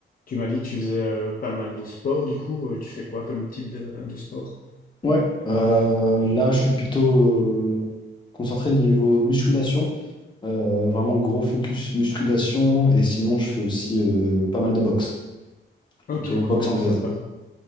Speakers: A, on the left; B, on the left.
A: Tu m'as dit que tu faisais euh, pas mal de sport, du coup, euh, tu fais quoi comme type de, de sport?
B: Ouais, euh, là je suis plutôt euh, concentré niveau musculation, Euh, vraiment gros focus musculation, et sinon je fais aussi euh, pas mal de boxe,
A: Ok,
B: plutôt
A: cool,
B: boxe anglaise.
A: sympa.